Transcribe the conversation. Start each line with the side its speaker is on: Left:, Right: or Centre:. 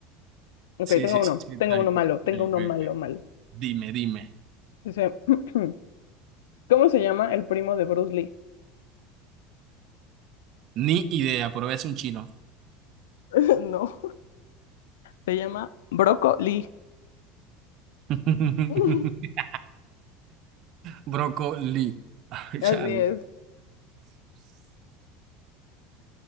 Left: Ok,
Right: sí,
Left: tengo
Right: sí,
Left: uno,
Right: sí, sí,
Left: tengo
Right: tal
Left: uno
Right: cual.
Left: malo, tengo
Right: Ok,
Left: uno
Right: ok,
Left: malo,
Right: ok.
Left: malo.
Right: Dime, dime.
Left: Dice, <clears throat> ¿cómo se llama el primo de Bruce Lee?
Right: Ni idea, pero es un chino.
Left: <laughs> No, se llama Brócoli.
Right: <laughs>
Left: <laughs>
Right: Brócoli. Ay,
Left: Así
Right: chal.
Left: es.